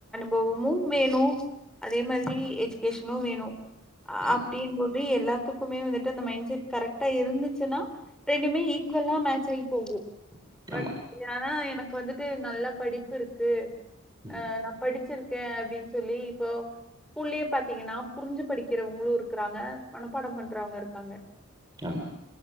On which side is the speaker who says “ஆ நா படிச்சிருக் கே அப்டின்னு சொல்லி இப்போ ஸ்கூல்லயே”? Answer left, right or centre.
Centre